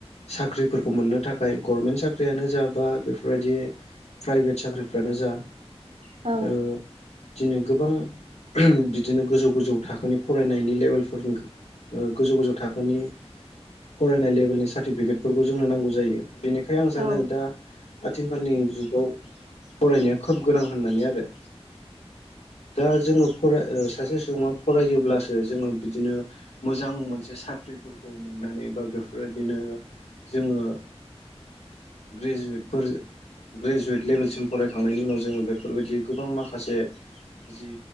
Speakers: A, on the left; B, on the right.
A: साख्रिफोरखौ मोननो थाखाय गभरमेन्ट साख्रियानो जाबा बेफोरबायदि प्राइभेट साख्रिफ्रानो जा
B: औ
A: ओ-दिनै गोबां आम बिदिनो गोजौ गोजौ थाखोनि फरायनायनि लेभेलफोर गोजौ गोजौ थाखोनि फरायनाय लेभेलनि साटिफिकेटफोरखौ जोंनो नांगौ जायो। बेनिखाय आं
B: औ
A: सानो दा आथिखालनि जुग फरायनाया खोब गोनां होननानै आरो।
B: <inaudible>
A: दा जोङो फर ओ-सासे सुबुङा फरायोब्लासो जोङो बिदिनो मोजां मोनसे साख्रिफोरख खौ मोननानै बा बेफोरबायदिनो जोङो ग्रेजुवेटफोर ग्रेजुवेट लेभेलसिम फरायखांनायनि उनाव जोङो बेफोरबायदि गोबां माखासे जि